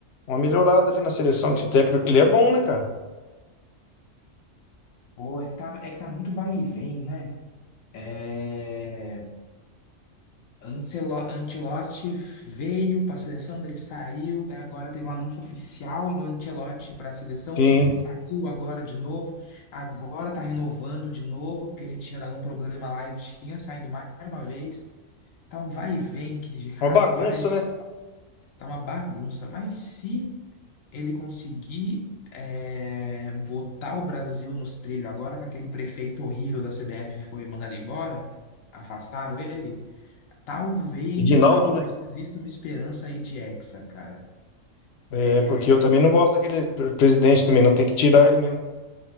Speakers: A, on the left (about 65°); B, on the left (about 80°).
A: uma melhorada ali na seleção, que esse técnico, ele é bom, né, cara?
B: Pô, é que tá, é que tá muito vai e vem, né? É... Ancelo... Ancelotti veio pra seleção, ele saiu, daí agora teve um anúncio oficial do Ancelotti pra seleção,
A: Sim,
B: só que ele saiu agora de novo. Agora tá renovando de novo, porque ele tinha dado um problema lá, ele tinha saído mais uma vez. Tá um vai e vem que, rapaz.
A: uma bagunça, né?
B: Tá uma bagunça. Mas se ele conseguir é, botar o Brasil nos trilhos agora que aquele prefeito horrível da CBF foi mandado embora, afastaram ele, talvez,
A: Edinaldo,
B: talvez
A: né?
B: exista uma esperança aí de Hexa, cara.
A: É,
B: É,
A: porque eu também não gosto daquele pre- presidente também, não tem que tirar ele mesmo.